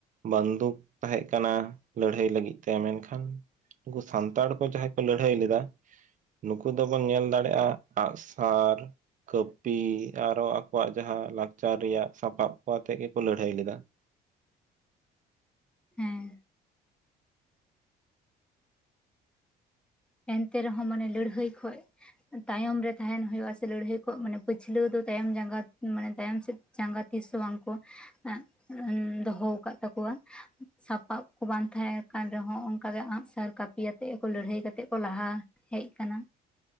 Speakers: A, on the right; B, in the centre.
A: ᱵᱟᱱᱫᱩᱠ ᱛᱟᱦᱮᱸ ᱠᱟᱱᱟ ᱞᱟᱹᱲᱦᱟᱹᱭ ᱞᱟᱹᱜᱤᱫ ᱛᱮ ᱢᱮᱱᱠᱷᱟᱱ ᱩᱝᱠᱩ ᱥᱟᱱᱛᱟᱲ ᱠᱚ ᱡᱟᱦᱟᱸᱭ ᱠᱚ ᱞᱟᱹᱲᱦᱟᱹᱭ ᱞᱮᱫᱟ ᱱᱩᱠᱩ ᱫᱚᱵᱚᱱ ᱧᱮᱞ ᱫᱟᱲᱮᱜ-ᱟ ᱟᱜ ᱥᱟᱨ ᱠᱟᱹᱯᱤ ᱟᱨᱚ ᱟᱠᱚᱣᱟᱜ ᱡᱟᱦᱟᱸ ᱞᱟᱠᱪᱟᱨ ᱨᱮᱭᱟᱜ ᱥᱟᱯᱟᱵ ᱠᱚ ᱟᱛᱮᱫ ᱜᱮ ᱠᱚ ᱞᱟᱹᱲᱦᱟᱹᱭ ᱞᱮᱫᱟ᱾
B: ᱦᱮᱸ ᱮᱱᱛᱮ ᱨᱮᱦᱚᱸ ᱢᱟᱱᱮ ᱞᱟᱹᱲᱦᱟᱹᱭ ᱠᱷᱚᱡ ᱛᱟᱭᱚᱢ ᱨᱮ ᱛᱟᱦᱮᱱ ᱦᱩᱭᱩᱜᱼᱟ ᱥᱮ ᱞᱟᱹᱲᱦᱟᱹᱭ ᱠᱚ ᱢᱟᱱᱮ ᱯᱟᱹᱪᱷᱞᱟᱹᱣ ᱫᱚ ᱛᱟᱭᱚᱢ ᱡᱟᱸᱜᱟ ᱢᱟᱱᱮ ᱛᱟᱭᱚᱢ ᱥᱮᱫ ᱡᱟᱸᱜᱟ ᱛᱤᱥᱦᱚᱸ ᱵᱟᱝᱠᱚ <unintelligible> ᱫᱚᱦᱚ ᱟᱠᱟᱫ ᱛᱟᱠᱩᱣᱟ ᱥᱟᱯᱟᱵ ᱠᱩ ᱵᱟᱝ ᱛᱟᱦᱮᱸ ᱠᱟᱱ ᱨᱮᱦᱚᱸ ᱚᱱᱠᱟ ᱜᱮ ᱟᱜᱼᱥᱟᱨ ᱠᱟᱹᱯᱤ ᱟᱛᱮ ᱞᱟᱹᱲᱦᱟᱹᱭ ᱠᱟᱛᱮᱜ ᱠᱚ ᱞᱟᱦᱟ ᱦᱮᱡ ᱠᱟᱱᱟ